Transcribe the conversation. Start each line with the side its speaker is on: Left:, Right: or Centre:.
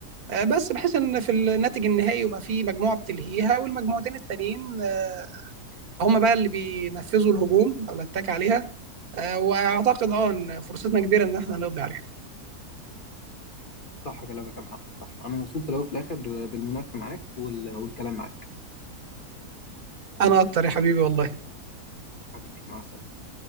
Right: آه، بس بحيث ان في الناتج النهائي يبقى في مجموعه بتلهيها والمجموعتين التانيين آه، هم بقى اللي بينفذوا الهجوم او الاتاك عليها آه، واعتقد اه ان فرصتنا كبيره ان احنا نقضي عليها
Left: صح كلامك يا محمد صح انا مبسوط في الاول وفي الاخر بالمناقشه معاك وال- والكلام معاك
Right: انا اكتر يا حبيبي والله
Left: حبيبي مع السلامه